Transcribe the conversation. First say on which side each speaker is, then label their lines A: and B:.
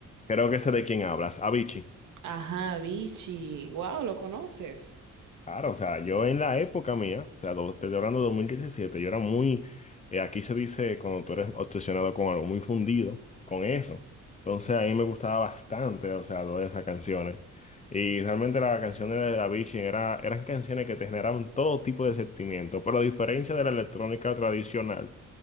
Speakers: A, on the left (about 25°); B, on the right (about 85°).
A: Creo que sé de quién hablas, Avicii.
B: Ajá, Vichy. Wow, ¿lo conoces?
A: Claro, o sea, yo en la época mía, o sea, do- te estoy hablando de 2017, yo era muy, eh, aquí se dice cuando tú eres obsesionado con algo, muy fundido con eso. Entonces a mí me gustaba bastante, o sea, todas esas canciones. Y realmente las canciones de Avicii era, eran canciones que te generaban todo tipo de sentimientos, pero a diferencia de la electrónica tradicional,